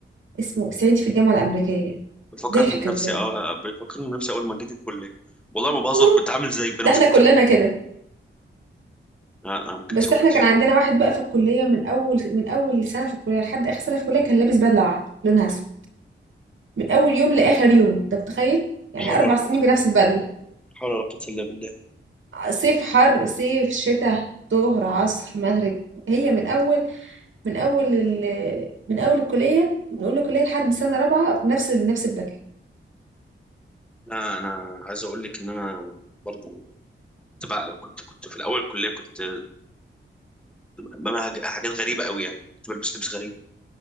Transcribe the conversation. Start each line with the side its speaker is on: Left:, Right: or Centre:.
Right: اسمه صعيدي في الجامعة الأمريكية
Centre: بيفكرني
Right: ضحك
Centre: بنفسي
Right: بجد
Centre: اه بيفكرني بنفسي اول ما جيت الكليه والله ما بهزر
Right: <laughs>
Centre: كنت عامل زيه
Right: ده
Centre: انا مش
Right: احنا
Centre: كنت
Right: كلنا كده
Centre: لا انا ما
Right: بس
Centre: كنتش ما
Right: احنا
Centre: كنتش
Right: كان عندنا واحد بقى في الكلية من أول من أول سنة في الكلية لحد آخر سنة في الكلية كان لابس بدلة واحدة لونها أسود من أول يوم لآخر يوم أنت متخيل؟ يعني
Centre: حول
Right: أربع
Centre: ولا
Right: سنين
Centre: قوة
Right: بنفس البدلة
Centre: حول ولا قوة إلا بالله
Right: صيف حر صيف شتاء ظهر عصر مغرب هي من أول من أول ال... من أول الكلية من أول الكلية لحد سنة رابعة بنفس بنفس البدلة
Centre: لا انا عايز اقول لك ان انا برضو كنت بقى كنت كنت في الاول الكليه كنت بعمل حاج- حاجات غريبه قوي يعني كنت بلبس لبس غريب